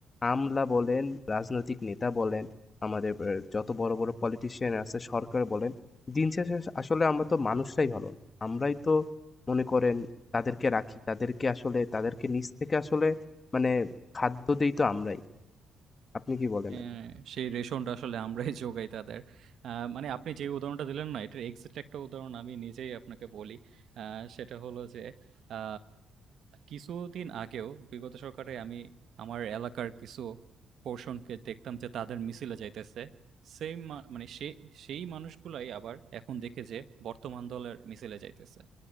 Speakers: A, on the left; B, on the right.
A: আমলা বলেন, রাজনৈতিক নেতা বলেন, আমাদের এ যত বড়, বড় পলিটিশিয়ান আছে, সরকার বলেন, দিন শেষে আস আসলে আমরা তো মানুষরাই ভালো না। আমরাই তো মনে করেন তাদেরকে রাখি। তাদেরকে আসলে তাদেরকে নিচ থেকে আসলে মানে খাদ্য দেই তো আমরাই। আপনি কি বলেন?
B: হ্যাঁ, সেই রেশনটা আসলে আমরাই <laughs> যোগাই তাদের। আ মানে আপনি যে উদাহরণটা দিলেন না, এটার এক্সাক্ট একটা উদাহরণ আমি নিজেই আপনাকে বলি। আ সেটা হলো যে, আ কিছুদিন আগেও বিগত সরকারে আমি আমার এলাকার কিছু পোরশনকে দেখতাম যে তাদের মিছিলে যাইতেছে। সেইম মা মানে সে সেই মানুষগুলাই আবার এখন দেখি যে বর্তমান দলের মিছিলে যাইতেছে।